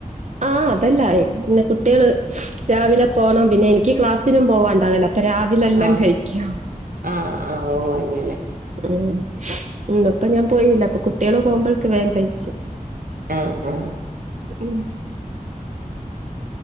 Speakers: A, on the right; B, on the right.
A: ആ അതല്ലായി. പിന്നെ കുട്ടികള് രാവിലെ പോണം. പിന്നെ എനിക്ക് ക്ലാസ്സിനും പോവാണ്ടാവലോ അപ്പൊ രാ ലെല്ലാം
B: ആഹ്
A: കഴിക്ക്‌യും.
B: ആഹ് ആഹ് ഓ അങ്ങനെ
A: ഉം. ഉ ഇപ്പൊ ഞാൻ പോയില്ല അപ്പൊ കുട്ടികളെ പോകുമ്പോഴക്ക് വേഗം കഴിച്.
B: ആഹ ആഹ.
A: ഉം.